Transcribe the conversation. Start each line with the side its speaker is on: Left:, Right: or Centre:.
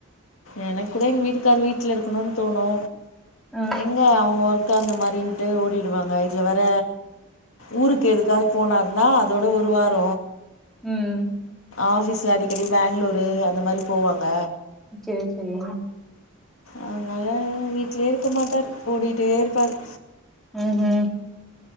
Left: எனக் கூட எங்க வீட்டுக் க்கார் வீட்டுல இருக்கணுன தோணு
Centre: ஆ
Left: எங்க அவுங்க ஒர்க் சோ அந்த மாரின்ட்டு ஓடிடுவாங்க இதுல வேற ஊருக்கு எதுக்காவது போனாருனா அதோட ஒரு வார
Centre: ம்
Left: ஆஃபீஸ்ல அடிக்கடி பெங்களூரு அந்த மாரி போவாங்க
Centre: சேர் செரி
Left: அதனால வீட்லயே இருக்க மாட்டாரு ஓடிக்கிட்டே இருப்பாரு
Centre: உஹும்